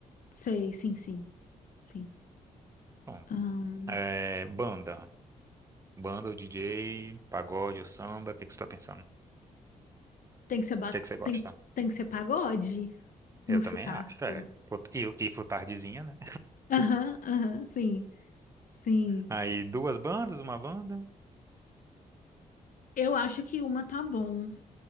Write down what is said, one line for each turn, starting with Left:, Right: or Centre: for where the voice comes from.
Left: Sei, sim, sim, sim.
Right: Pronto.
Left: Ahn,
Right: É, banda. Banda, o DJ, pagode ou samba, o que que você tá pensando? O
Left: tem que ser ba...
Right: que que você gosta?
Left: tem, tem que ser pagode no
Right: Eu
Left: churrasco.
Right: também acho, é. E, o- e pro Tardezinha, né?
Left: Aham, aham, sim, sim.
Right: Aí duas bandas, uma banda.
Left: Eu acho que uma tá bom.